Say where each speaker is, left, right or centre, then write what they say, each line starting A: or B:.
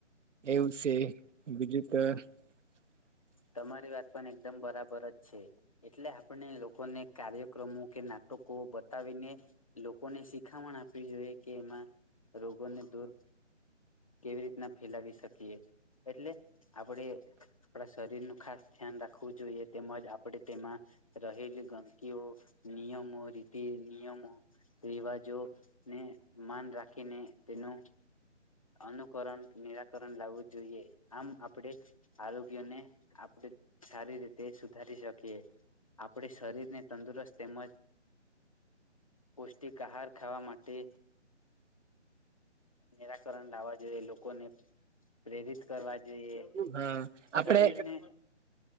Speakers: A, on the right; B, on the left.
A: એવું છે બીજું તો
B: હા
A: <inaudible>
B: તમારી વાત પણ એકદમ બરાબર જ છે એટલે આપણે લોકોને કાર્યક્રમો કે નાટકો બતાવીને લોકોને શિખામણ આપવી જોઈએ કે એમાં રોગોને દૂર કેવી રીતના ફેલાવી શકીએ એટલે આપણે આપણા શરીર ન ખાસ ધ્યાન રાખવું જોઈએ તેમજ આપણે તેમાં રહેલી ગમકીઓ નિયમો રીતિ નિયમો રિવાજો ને માન રાખીને તેનો અનુકરણ નિરાકરણ લાવવું જોઈએ આમ આપણે આરોગ્યને આપણે સારી રીતે સુધારી શકીએ આપણે શરીર ને તંદુરસ્ત તેમજ પૌષ્ટિક આહાર ખાવા માટે નિરાકરણ લાવવા જોઈએ લોકોને પ્રેરિત કરવા જોઈએ
A: હા આપણે
B: શરીર ને